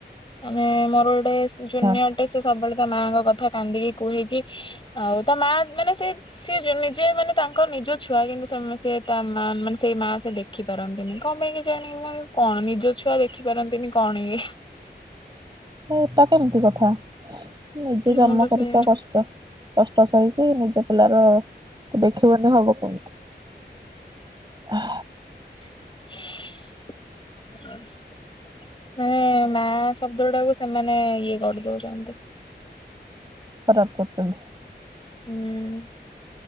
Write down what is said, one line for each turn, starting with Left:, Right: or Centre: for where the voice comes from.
Left: ମାନେ ମୋର ଗୋଟେ ଜୁନିଅରଟେ
Right: ହଁ
Left: ସେ ସବୁବେଳେ ତା ମାଆଙ୍କ କଥା କାନ୍ଦିକି କୁହେକି ଆଉ ତା ମା ମାନେ, ସେ ସିଏ ନିଜେ ମାନେ ତାଙ୍କ ନିଜ ଛୁଆ କିନ୍ତୁ ସେ ତା ମା ମାନେ ସେଇ ମା ସେ ଦେଖି ପାରନ୍ତିନି। କଣ ପାଇଁ କେଜାଣି। ମୁଁ କଣ ନିଜ ଛୁଆ ଦେଖିପାରନ୍ତିନି କଣ ଇଏ।
Right: ଏଇଟା କେମିତି କଥା। ନିଜେ ଜନ୍ମ
Left: ମୁଁ ତ
Right: କରିଚ
Left: ସେ
Right: କଷ୍ଟ କଷ୍ଟ ସହିକି ନିଜ ପିଲାର ଦେଖିବନି ହବ କେମିତି। ଆ।
Left: ଆ <inaudible> ମାନେ ମା ଶବ୍ଦ ଟାକୁ ସେମାନେ ଇଏ କରିଦଉଛନ୍ତି।
Right: ଖରାପ କରୁଚ଼ନ୍ତି।
Left: ହୁଁ।